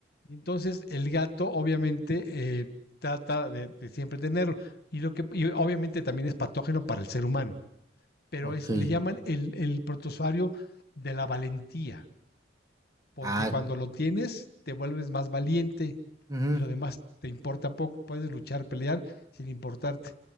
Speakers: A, on the left; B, on the right.
A: Y Entonces, el gato obviamente eh, trata de, de siempre tenerlo. Y, lo que, y obviamente también es patógeno para el ser humano. Pero
B: ok.
A: es, le llaman el, el protozoario de la valentía, porque
B: Ah,
A: cuando lo tienes te vuelves más valiente,
B: ujú.
A: y lo demás te importa poco, puedes luchar, pelear sin importarte.